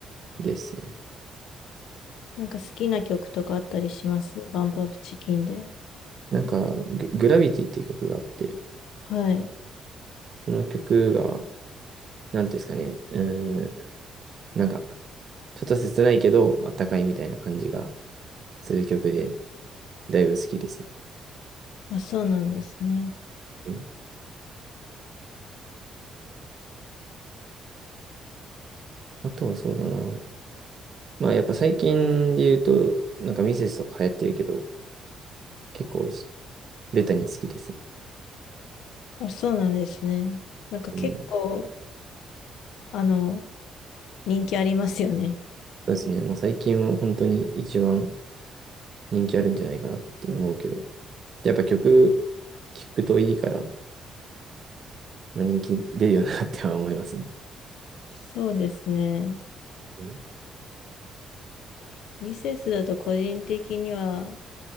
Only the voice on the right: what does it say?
ですよね。
なんかグ、グラビティっていう曲があって、
その曲がなんていうんですかね、うーん、なんか、ちょっと切ないけど、あったかいみたいな感じがする曲で、だいぶ好きですね。
うん。あとはそうだな。まあ、やっぱ最近で言うと、なんかミセスとか流行ってるけど、結構す、ベタに好きですね。
うん。そ
うですね。もう最近は本当に一番人気あるんじゃないかなって思うけど、やっぱ曲、聴くといいから、まあ、人気出るよなっては思いますね。
うん。